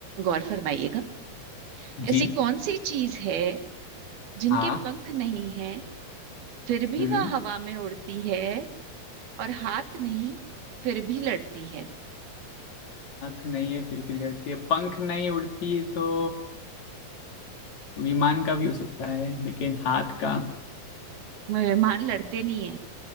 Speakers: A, on the right (about 90°); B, on the left (about 50°).
A: गौर फरमाइएगा ऐसी
B: जी
A: कौन सी चीज है जिनके
B: हाँ
A: पंख नहीं हैं फिर भी
B: हम्म
A: वह हवा में उड़ती है और हाथ नहीं फिर भी लड़ती है
B: हाथ नहीं है फिर भी लड़ती है पंख नहीं उड़ती तो विमान का भी हो सकता है लेकिन हाथ का
A: मेहमान लड़ते नहीं है